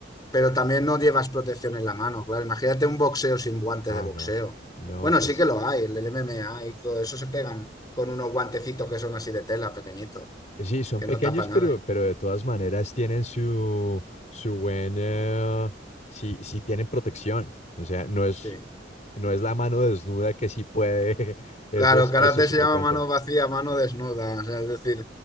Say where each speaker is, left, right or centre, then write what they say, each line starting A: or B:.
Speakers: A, on the left (about 20°); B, on the left (about 40°).
A: Pero también no llevas protección en la mano, claro. Imagínate un boxeo sin guantes
B: Ah,
A: de boxeo.
B: no. No,
A: Bueno,
B: pues.
A: sí que lo hay, el del MMA y todo eso se pegan con unos guantecitos que son así de tela, pequeñitos,
B: Sí, son
A: que
B: pequeños,
A: no tapa nada.
B: pero, pero de todas maneras tienen su, su buena. Sí, sí tienen protección. O sea, no es.
A: Sí.
B: No es la mano desnuda que sí puede. <laughs> Eso
A: Claro,
B: es,
A: karate
B: eso es
A: se
B: otro
A: llama
B: cuento.
A: mano vacía, mano desnuda. O sea, es decir,